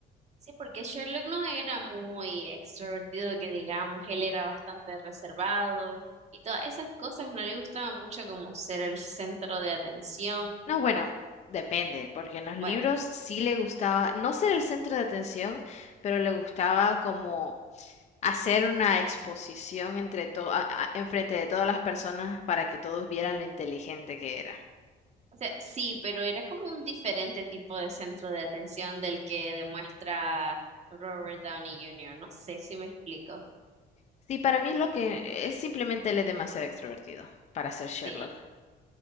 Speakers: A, on the right; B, on the left.
A: Sí, porque Sherlock no era muy extrovertido, que digamos, él era bastante reservado y todas esas cosas, no le gustaba mucho como ser el centro de atención.
B: No, bueno, depende, porque en los libros
A: Bueno,
B: sí le gustaba, no ser el centro de atención, pero le gustaba como hacer una exposición entre to- a- a- enfrente de todas las personas para que todos vieran lo inteligente que era.
A: O sea, sí, pero era como un diferente tipo de centro de atención del que demuestra Robert Downey Jr. No sé si me explico.
B: Sí, para mí lo que es simplemente él es demasiado extrovertido para ser Sherlock.
A: Sí.